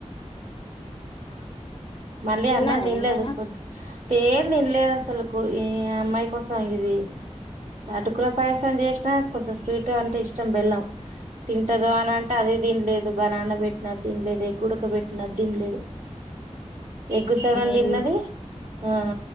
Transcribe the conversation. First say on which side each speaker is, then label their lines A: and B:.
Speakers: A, on the right (about 85°); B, on the left (about 45°).
A: మళ్ళీ
B: తిన్నదా
A: అన్న తీంల్లేదు
B: ఏమైనా
A: పోద్ తే తిండిలేదుసాలకు ఈ అమ్మాయి కోసం ఇది అటుకుల పాయసం చేసినా కొంచెం స్వీట్ అంటే ఇష్టం బెల్లం తింటదో అని అంటే అది తి తన్లేదు బనాన్న పెట్టిన తిన్లేదు ఎగ్ ఉడక పెట్టిన అది తీంన్లేదు ఎగ్గు సగం తిన్నది
B: ఎన్ని
A: ఆ